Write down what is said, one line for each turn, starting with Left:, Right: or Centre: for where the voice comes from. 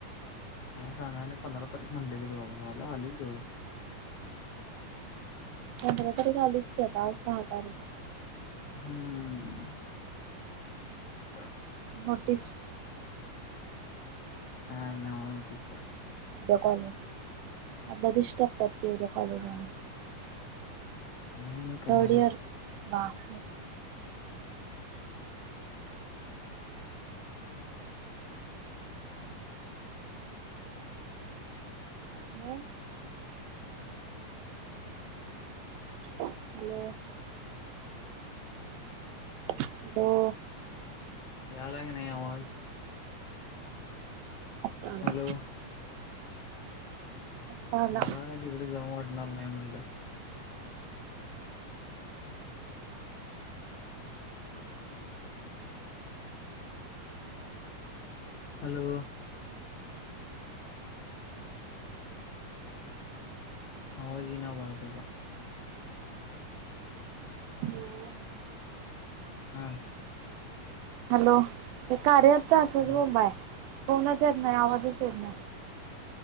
Left: काय सांगाय नाही पंधरा तारीख म्हणलेलीत बाबा झाल आल की जवळ
Right: पंधरा तारीख आलीच घकी आता आज सहा तारीख हाय
Left: हम्म अ
Right: नोटीस
Left: हा न वा नटस्र
Right: द कॉलर आदल्या दिवशी टाकत्यात की उद्या कॉलेज हाय म्हणून
Left: आणि काय
Right: थर्ड इयर, बा मस्त. मुम हॅलो! हॅलो!
Left: यालाय काय नाही आवाज?
Right: आत्ता आला
Left: हॅलो!
Right: आत्ता आला
Left: मला काय तिकडं जाऊ वाटणार नाही म्हणलं. हॅलो! आवाज इना बाळ तुझा
Right: हॅलो
Left: हा!
Right: हॅलो! हे कार्य अँप च असचं
Left: हा
Right: बोमबाय. फोनच येत नाही आवाजच येत नाही.